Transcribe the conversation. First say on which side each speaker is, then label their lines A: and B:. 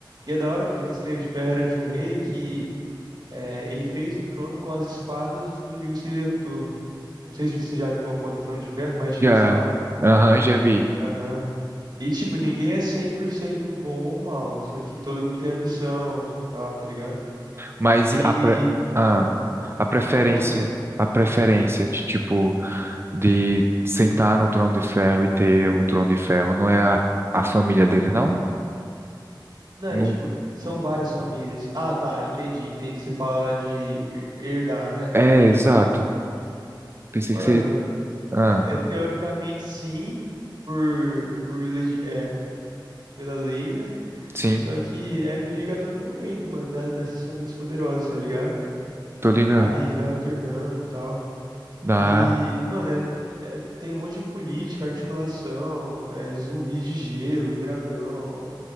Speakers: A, on the right; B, on the right.
A: E é da hora, mano, que esse trono de ferro era de um rei que é, ele fez o trono com as espadas dos inimigos que ele derrotou. Não sei se você já viu uma foto do trono de ferro, mas é cheio
B: já,
A: de espada.
B: aham, já vi.
A: Aham. E, tipo, ninguém é 100% bom ou mal, só que todo mundo tem ambição, tal, tá ligado?
B: Mas
A: E...
B: a, pre... ah,
A: Ah,
B: a preferência,
A: não, pode falar.
B: a preferência de, tipo... de sentar no trono de ferro e ter o trono de ferro. Não é a, a família dele, não?
A: Não, é
B: Não.
A: tipo, são várias famílias. Ah, tá, entendi, entendi. Você fala de her- herdar, né?
B: É, exato. Pensei
A: Mano,
B: que seria. Ah,
A: é teoricamente sim, por, por legi- é, pela lei, né?
B: sim,
A: Só que é briga a todo momento, mano, da- dessas famílias poderosas, tá ligado?
B: tô ligado.
A: Aí vai alternando e tal.
B: Ah,
A: E, mano, é- é- tem um monte de política, articulação, é zumbi de gelo, dragão.